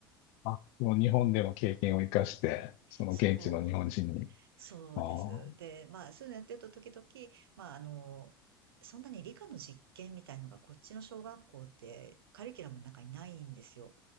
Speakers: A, on the left; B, on the right.
A: あ、その日本での経験を生かして、その現地の日本人に。
B: そうそうです。
A: ああ、
B: で、まあ、そういうのやってると時々、まあ、あの、そんなに理科の実験みたいのがこっちの小学校ってカリキュラムの中にないんですよ。